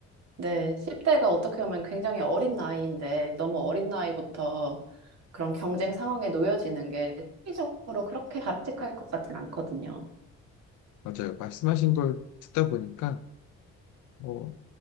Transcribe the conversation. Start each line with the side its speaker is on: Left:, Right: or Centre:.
Right: 네, 10대가 어떻게 보면 굉장히 어린 나이인데 너무 어린 나이부터 그런 경쟁 상황에 놓여지는 게 심리적으로 그렇게 바람직할 것 같진 않거든요.
Left: 맞아요. 말씀하신 걸 듣다 보니까, 뭐,